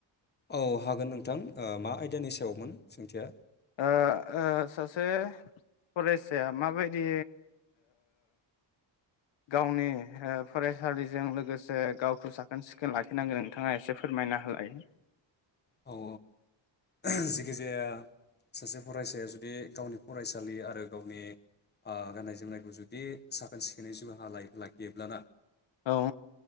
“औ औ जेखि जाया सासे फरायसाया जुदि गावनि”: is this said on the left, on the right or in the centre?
Left